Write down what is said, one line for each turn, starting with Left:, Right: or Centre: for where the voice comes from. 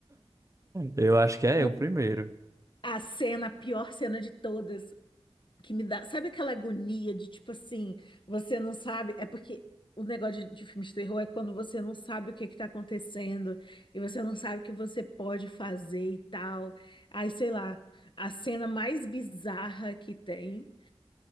Right: Eu acho que é
Left: O-
Right: o primeiro.
Left: a cena, a pior cena de todas, que me dá, sabe aquela agonia de tipo assim, você não sabe, é porque o negócio de, de filme de terror é quando você não sabe o que é que tá acontecendo e você não sabe o que você pode fazer e tal. Aí, sei lá, a cena mais bizarra que tem